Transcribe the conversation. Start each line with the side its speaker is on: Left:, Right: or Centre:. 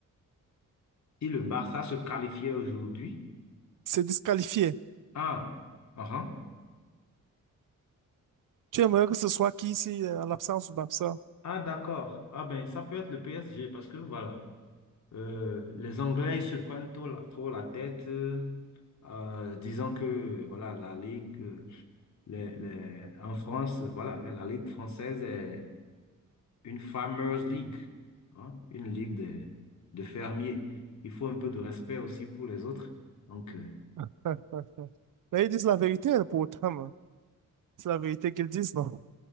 Left: si le Barça se qualifiait aujourd'hui,
Right: C'est disqualifié.
Left: ah, ah, ah,
Right: Tu aimerais que ce soit qui ici, euh, en l'absence ou l'absent?
Left: ah, d'accord. Ah ben, ça peut être le PSG parce que voilà, euh, les Anglais ils se prennent trop la, trop la tête. euh, euh, disant que voilà la Ligue. euh, Les- les- en France, voilà, la Ligue française est une Farmers League, hein, une ligue de, de fermiers. Il faut un peu de respect aussi pour les autres. Donc, euh,
Right: <laughs> Mais ils disent la vérité, hein, pour hein. C'est la vérité qu'ils disent, non?